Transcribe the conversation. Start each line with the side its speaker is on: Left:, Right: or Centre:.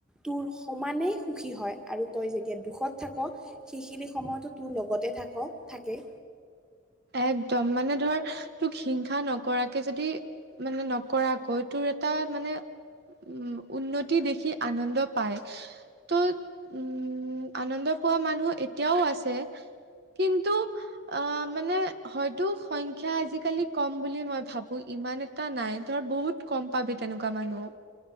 Centre: তোৰ সমানেই সুখী হয় আৰু তই যেতিয়া দুখত থাক, সেইখিনি সময়তো তোৰ লগত তে থাক থাকে।
Right: একদম মানে ধৰ তোক হিংসা নকৰাকে যদি, মানে নকৰাকৈ তোৰ এটা মানে উম উন্নতি দেখি আনন্দ পায়। ত' উম, আনন্দ পোৱা মানুহ এতিয়াও আছে। কিন্তু অ মানে হয়তো সংখ্যা আজিকালি কম বুলি মই ভাবো, ইমান এটা নাই ধৰ বহুত কম পাবি তেনেকুৱা মানুহ।